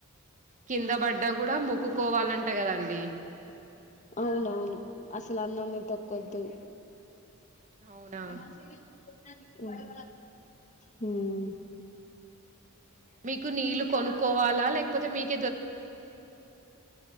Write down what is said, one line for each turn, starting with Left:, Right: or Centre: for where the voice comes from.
Right: కిందబడ్డ కూడ ముక్కుకోవాలంటే కదండి
Left: అవునవును అసలు అన్నము తొక్కొద్దు
Right: అవునా
Left: అ మంచిగానే ఉంది హమ్
Right: మీకు నీళ్లు కొనుక్కోవాలా లేకపోతే మీకు